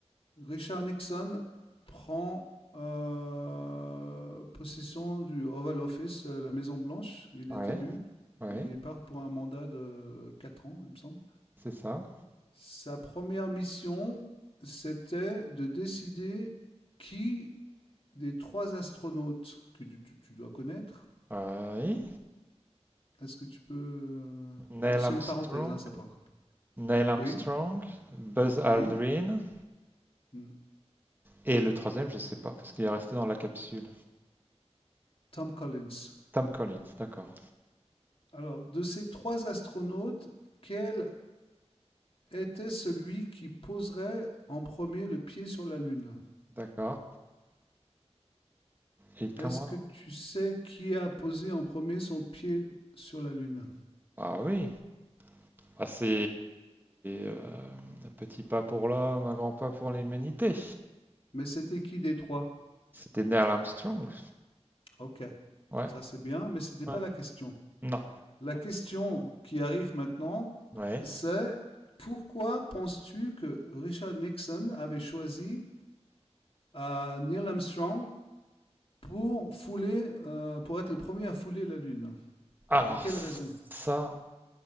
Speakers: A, on the left; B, on the right.
A: Richard Nixon prend euh, possession du Oval Office, euh, la Maison Blanche. Il
B: Ouais.
A: est élu.
B: Ouais.
A: Il part pour un mandat de 4 ans, il me semble.
B: C'est ça.
A: Sa première mission, c'était de décider qui des trois astronautes que tu, tu- tu dois connaître.
B: Ouais.
A: Est-ce que tu peux... euh,
B: Neil
A: C'est
B: Armstrong.
A: une parenthèse, hein, ça par
B: Neil Armstrong.
A: Oui,
B: Buzz Aldrin.
A: oui. Hmm.
B: Et le troisième, je sais pas, parce qu'il est resté dans la capsule.
A: Tom Collins.
B: Tom Collins, d'accord.
A: Alors, de ces trois astronautes, quel était celui qui poserait en premier le pied sur la Lune
B: D'accord. Et
A: Est-ce
B: comment...
A: que tu sais qui a posé en premier son pied sur la Lune
B: Ah oui, ah, c'est euh, un petit pas pour l'homme, un grand pas pour l'humanité.
A: Mais c'était qui des trois
B: C'était Neil Armstrong.
A: Ok,
B: Ouais.
A: ça c'est bien, mais c'était
B: ouais.
A: pas la question.
B: Non.
A: La question qui arrive maintenant,
B: Ouais.
A: c'est pourquoi penses-tu que Richard Nixon avait choisi euh, Neil Armstrong pour fouler, euh, pour être le premier à fouler la Lune.
B: Alors
A: Pour quelle raison
B: ça,